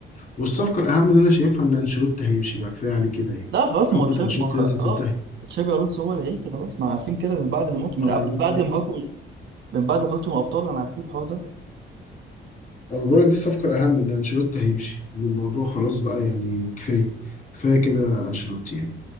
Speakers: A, on the left; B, on the right.
A: والصفقه الاهم اللي انا شايفها ان انشيلوتي هيمشي بقى كفايه عليه كده اهي
B: لا خلاص
A: حقبه
B: ما هو تشابي
A: انشيلوتي
B: ما هو-
A: لازم تنتهي
B: اه تشابي الونسو هو اللي هيجي خلاص ما عارفين كده من بعد الماتش من
A: ايوه
B: قبل بعد ما خرجتوا من بعد ما خرجتوا من الابطال انا عارفين الحوار ده
A: انا بقول لك دي الصفقه الاهم ان انشيلوتي هيمشي إن الموضوع خلاص بقى يعني كفايه كفايه كده انشيلوتي يعني